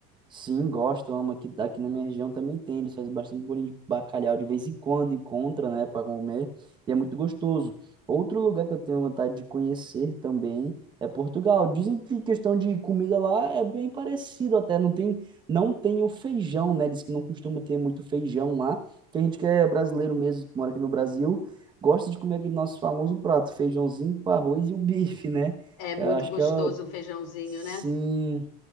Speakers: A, on the right; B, on the left.
A: Sim, gosto, amo. Aqui, aqui na minha região também tem. Eles fazem bastante bolinho de bacalhau de vez em quando, encontra, né, para comer. E é muito gostoso. Outro lugar que eu tenho vontade de conhecer também é Portugal. Dizem que questão de comida lá é bem parecido até. Não tem, não tem o feijão, né? Diz que não costuma ter muito feijão lá. Que a gente que é brasileiro mesmo, que mora aqui no Brasil, gosta de comer aquele nosso famoso prato, feijãozinho com arroz e o bife, né?
B: É muito
A: Eu acho
B: gostoso
A: que é o...
B: um feijãozinho,
A: Sim.
B: né?